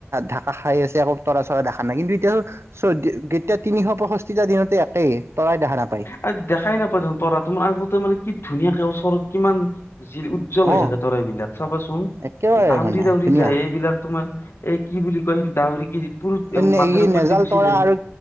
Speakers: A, on the right; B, on the left.
A: ঢাকা খাই আছে আকৌ তৰা চৰা দেখা নাই কিন্তু এতিয়া। চ তেতিয়া তিনিশ পষষ্ঠিটা দিনতে একেই। তৰাই দেখা নাপায়
B: আ দেখাই নাপায় দেখোন তৰা তোমাৰ আগতে মানে কি ধুনীয়াকে ওচৰত কিমান। যি উজ্জ্বল হৈ
A: অ
B: থাকে তৰাইবলাক চাবাচোন
A: একেবাৰে
B: দাউৰি
A: মানে
B: দাউৰি
A: ধুনীয়া
B: যায় এইবিলাক তোমাৰ। এই কি বুলি কয় সেইটো ডাউৰি কি। পুৰ
A: নেজাল
B: মাথাৰ ওপৰত দি গুচি
A: তৰা আৰু